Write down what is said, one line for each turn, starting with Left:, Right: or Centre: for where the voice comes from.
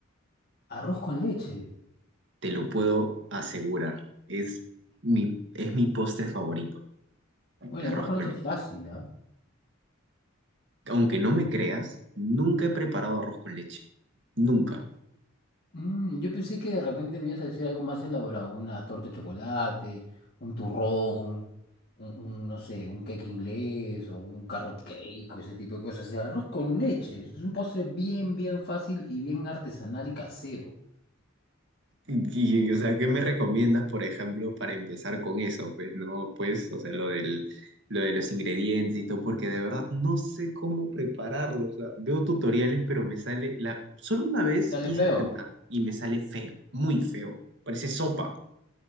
Left: Arroz con leche.
Right: Te lo puedo asegurar. Es mi, es mi postre favorito, el
Left: Bueno,
Right: arroz
Left: el arroz con
Right: con
Left: leche
Right: leche.
Left: es fácil, ¿ah?
Right: Aunque no me creas, nunca he preparado arroz con leche. Nunca.
Left: Mm, yo pensé que de repente me ibas a decir algo más elaborado, una torta de chocolate, un turrón, un, un, no sé, un cake inglés o un carrot cake o ese tipo de cosas. O sea, arroz con leche. Es un postre bien, bien fácil y bien artesanal y casero.
Right: Y, o sea, ¿qué me recomiendas, por ejemplo, para empezar con eso? Pues no, pues, o sea, lo del, lo de los ingredientes y todo, porque de verdad no sé cómo prepararlo. O sea, veo tutoriales, pero me sale la... Solo una vez
Left: Sale
Right: quise
Left: feo,
Right: intentar y me sale feo, muy feo. Parece sopa,